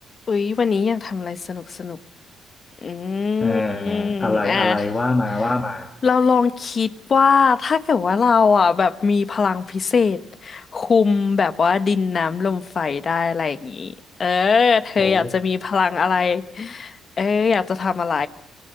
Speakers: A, on the left; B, on the left.
A: อุ๊ยวันนี้อยากทำอะไรสนุกสนุกอื
B: เอ่อ
A: มอ่ะ
B: อะไรอะไรว่ามาว่ามา
A: เราลองคิดว่าถ้าเกิดว่าเราอ่ะแบบมีพลังพิเศษคุมแบบว่าดินน้ำลมไฟได้อะไรอย่างนี้เออเธออยากจะมีพลังอะไร
B: โอ้
A: เอออยากจะทำอะไร